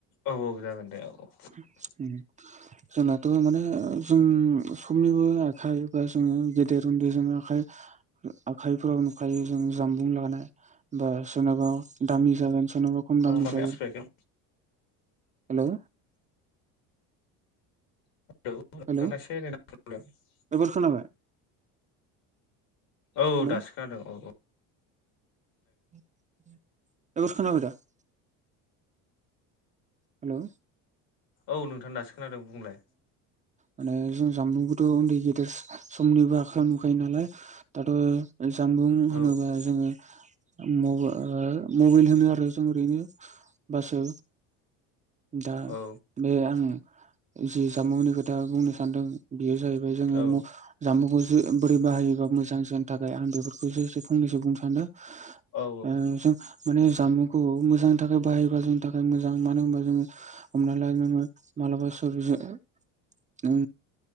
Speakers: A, on the left; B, on the right.
A: औ औ जागोन दे औ।
B: <inaudible> जोंनाथ' माने जों समनिबो आखाइ बा जोङो गेदेर उन्दैजों आखाइ आखाइफोराव नुखायो जों जामबुं लानाय। बा सोरनाबा दामि जागोन सोरनाबा खम
A: मा
B: दामि
A: माने
B: जागोन।
A: आसपेक्टआव
B: हेलौ।
A: <unintelligible>
B: हेलौ एबार खोनाबाय।
A: औ
B: हेलौ
A: दासो खोनादों औ औ।
B: <unintelligible> हेल'
A: औ नोंथांङा नो खोनादों बुंलाय।
B: माने जों जामबुंखौथ' उन्दै गेदेर समनिबो आखाइ नुखायो नालाय। दाथ' जामबुं होनोबा
A: औ
B: जोङो म ओ मबाइल होनो आरो जों ओरैनो बासो दा
A: औ
B: बे आं जि जामुंनि खोथा बुंनो सानदों बेयो जाहैबाय जोङो
A: औ
B: जानबुंखौसो बोरै बाहायोबा मोजां जानो थाखाय आं बेफोरखौसो एसे फंनैसो बुंनो सानदों।
A: औ
B: ओ जों माने जामुंखौ मोजांनि थाखाय बाहायबा जोंनि थाखाय मोजां मानो होनबा जोङो हमनानै ला नोङो मालाबा <unintelligible> जोङो